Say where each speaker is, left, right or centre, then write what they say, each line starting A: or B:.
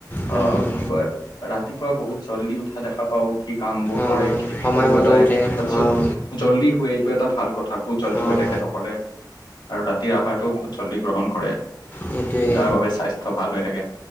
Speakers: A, on the left (about 25°); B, on the left (about 80°).
A: হুম
B: আহ
A: হুম
B: কি কয় ৰাতিপুৱা বহুত জল্দি উঠা দেখা পাও সি কাম বোৰ
A: অঁ
B: কৰে খেতি
A: সময়মতে
B: কৰিব যায়
A: উঠে
B: তাৰপিছত
A: অঁ
B: জল্দি শুৱে এইটো এটা ভাল কথা <unintelligible> বহুত জল্দি
A: অঁ
B: হয় তেখেতসকলে আৰু ৰাতিৰ আহাৰটোও বহুত জল্দি গ্ৰহণ কৰে
A: সেটোয়ে
B: যাৰ বাবে স্বাস্থ্য ভাল হৈ থাকে